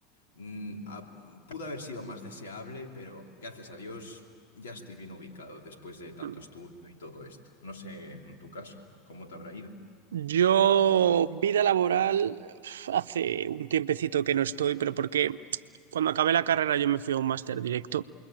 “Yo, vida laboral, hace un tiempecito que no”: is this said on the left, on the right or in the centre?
Right